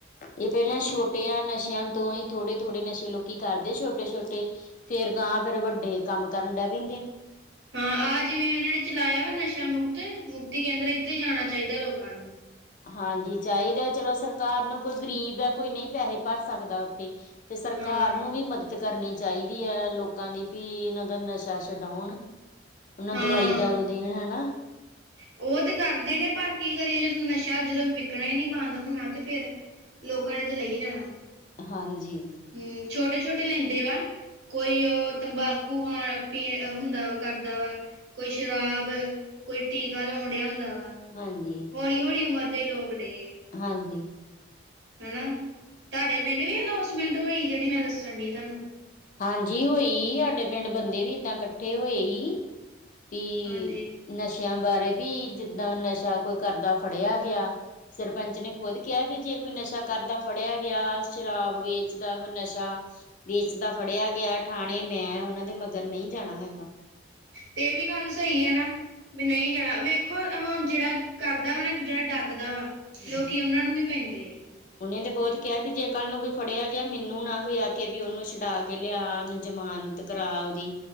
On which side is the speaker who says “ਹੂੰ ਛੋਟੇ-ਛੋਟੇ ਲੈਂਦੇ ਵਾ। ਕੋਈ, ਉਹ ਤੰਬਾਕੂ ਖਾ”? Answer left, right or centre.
Right